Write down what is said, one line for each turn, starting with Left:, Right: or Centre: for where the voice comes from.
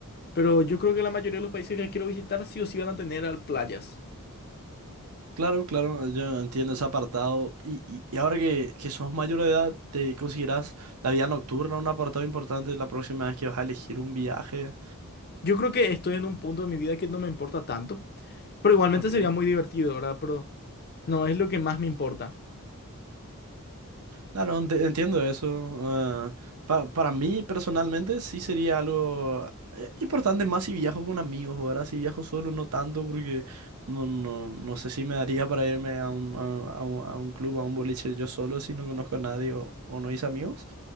Left: Pero yo creo que la mayoría de los países que quiero visitar sí o sí van a tener al- playas.
Right: claro, claro. Yo entiendo ese apartado. Y, y, y ahora que, que sos mayor de edad, ¿te considerás la vida nocturna un apartado importante la próxima vez que vas a elegir un viaje?
Left: Yo creo que estoy en un punto de mi vida que no me importa tanto, pero igualmente
Right: Ok.
Left: sería muy divertido, ¿verdad? Pero no es lo que más me importa.
Right: Claro, ent- entiendo eso. eh, pa- para mí personalmente sí sería algo eh, importante más si viajo con amigos, ahora si viajo solo no tanto porque no, no, no sé si me daría para irme a un, a, a un, a un club, a un boliche yo solo si no conozco a nadie o, o no hice amigos.